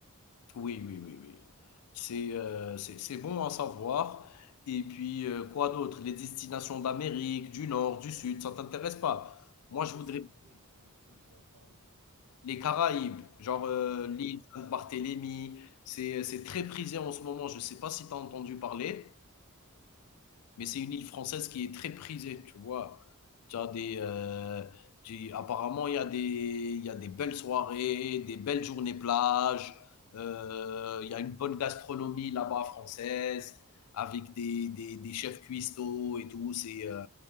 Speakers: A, on the left (about 75°); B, on the right (about 85°).
A: oui, oui, oui, oui. C'est euh, c'est c'est bon à savoir. Et puis, euh, quoi d'autre? Les destinations d'Amérique, du Nord, du Sud, ça t'intéresse pas? Moi,
B: Oh,
A: je
B: le
A: voudrais
B: sud, oui, le sud, ouais, carrément.
A: Les Caraïbes, genre, heu,
B: Ouais,
A: l'île Sainte-Barthélemy, c'est c'est très prisé en ce moment. Je ne sais pas si tu as entendu parler, mais c'est une île française qui est très prisée, tu vois? Tu as des, heu, tu apparemment, il y a des il y a des belles soirées, des belles journées plage, heu, il y a une bonne gastronomie là-bas française, avec des des des chefs cuistots et tout. C'est, heu,